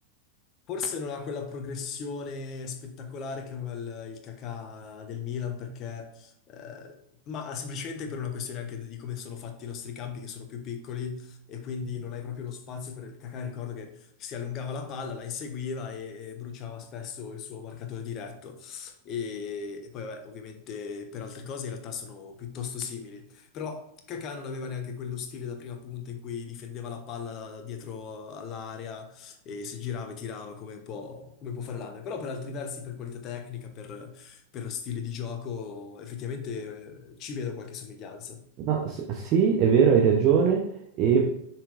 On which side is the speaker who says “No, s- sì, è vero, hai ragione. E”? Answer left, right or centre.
Right